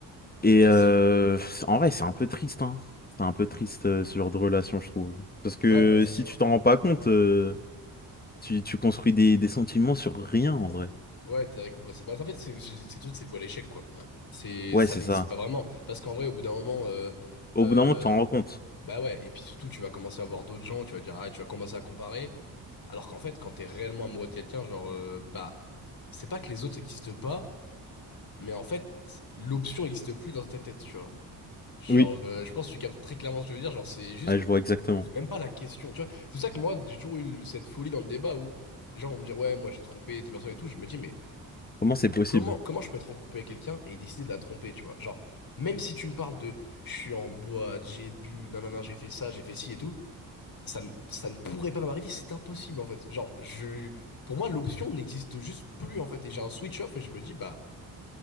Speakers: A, on the left; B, on the left.
A: Et
B: c'est
A: euh,
B: sûr.
A: en vrai, c'est un peu triste, hein. C'est un peu triste euh, ce genre de relation, je trouve. Parce que
B: Ouais, bah c'est
A: si
B: sûr.
A: tu t'en rends pas compte, euh, tu, tu construis des, des sentiments sur rien en vrai.
B: Ouais, théoriquement, bah, c'est... bah, en fait, c'est, c'est- ces trucs, c'est voile à l'échec, quoi. C'est...
A: Ouais,
B: Ça
A: c'est
B: n'existe
A: ça.
B: pas vraiment. Parce qu'en vrai, au bout d'un moment, euh,
A: Au
B: euh,
A: bout d'un moment, tu t'en rends compte.
B: bah ouais, et puis surtout, tu vas commencer à voir d'autres gens, tu vas dire, ah, tu vas commencer à comparer. Alors qu'en fait, quand t'es réellement amoureux de quelqu'un, genre, euh, bah, c'est pas que les autres n'existent pas, mais en fait, l'option n'existe plus dans ta tête, tu vois. Genre,
A: Oui,
B: euh, je pense que tu captes très clairement ce que je veux dire. Genre, c'est juste,
A: ouais, je vois exactement.
B: je pose même pas la question. Tu vois, c'est pour ça que moi, j'ai toujours eu cette folie dans le débat où, genre, on me dit, ouais, moi j'ai trompé tes personnes et tout. Je me dis, mais
A: Comment c'est possible?
B: comment, comment je peux être en couple avec quelqu'un et décider de la tromper, tu vois? Genre, même si tu me parles de, je suis en boîte, j'ai bu, nanana, j'ai fait ça, j'ai fait ci et tout, ça, ne- ça ne pourrait pas m'arriver. C'est impossible, en fait. Genre, je, pour moi, l'option n'existe juste plus, en fait. Et j'ai un switch off et je me dis, bah.